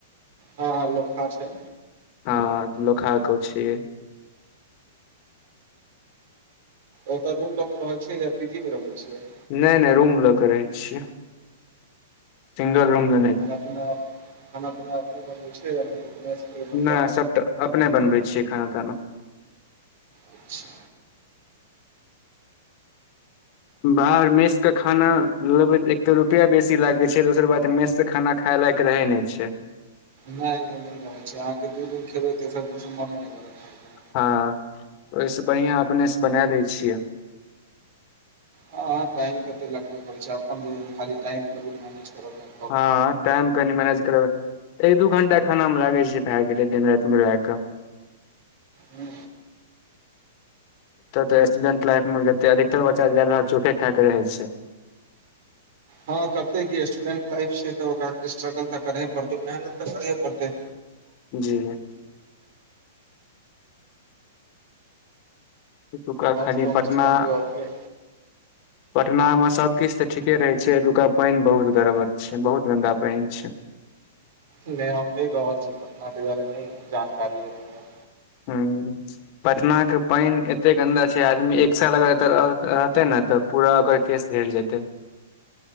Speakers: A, on the right (about 60°); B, on the left (about 45°).
A: हँ हँ लोकहा छै
B: हँ लोकहा के ओ छीये
A: ओतऽ रूम ल के रहै छिय या पीजी मे रहै छियै
B: नहि नहि रूम लऽ के रहै छियै सिंगल रूम ल
A: खाना पीना खाना पीना अपने छियै या मेस मतलब
B: नहि सब तऽ अपने बनबै छियै खाना ताना
A: अच्छा
B: बाहर मेष के खाना लेबे एक त रुपआ बेसी लागे छै दोसर बात मेस के खाना खाय लायक रहै नहि छै
A: नहि नहि नहि रहै छै अहाँके दू दिन खेबै तेसर दिनसँ मोने नहि करत खायके
B: हँ ओहिस बढ़िया अपने से बना ले छियै
A: हाँ टाइम कते लगबे करैत छै अपन जे खाली टाइम टेबुल मैनेज करअ के
B: हँ टाइम कनि मैनेज करबै एक दू घंटा खाना मे लागै छै भए गेलै दिन राति मिलाय कऽ
A: हू
B: त त स्टूडेंट लाइफ मे जते अधिकतर बच्चा ज्यादा चोखे खा के रहे छै
A: हँ करते के स्टूडेंट लाइफ छै तऽ ओकरा स्ट्रगल तऽ करहे पड़ते मेहनत तऽ करहे पड़ते
B: जी एतुका
A: आओर
B: खाली
A: सब
B: पटना
A: सूनबियो अपने
B: पटना में सब किछ तऽ ठीके रहे छै एतुका पानि बहुत गड़बड़ छै बहुत गन्दा पानि छै
A: नहि हम नहि रहल छी पटना तै दुआरे नहि जानकारी अय हमरा
B: हँ पटना के पानि एते गन्दा छै आदमी एक साल अगर एतो रहते ने तऽ पूरा ओकर केस छर जेतै